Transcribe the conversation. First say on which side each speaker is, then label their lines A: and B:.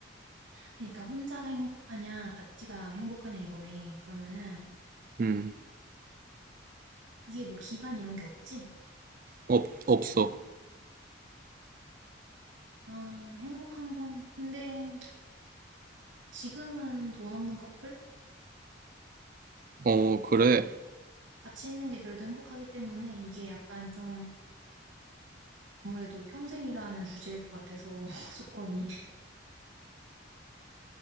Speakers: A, on the right; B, on the right.
A: 그러니까 혼자가 행복하냐, 같이가 행복하냐 이거네. 그러면은
B: 음,
A: 이게 뭐 기간 이런 게 없지?
B: 없, 없어.
A: 아, 행복한 건. 근데 지금은 돈 없는 커플?
B: 어, 그래.
A: 같이 있는 게 그래도 행복하기 때문에 이게 약간 좀 아무래도 평생이라 는 주제일 것 같아서 <laughs> 조건이.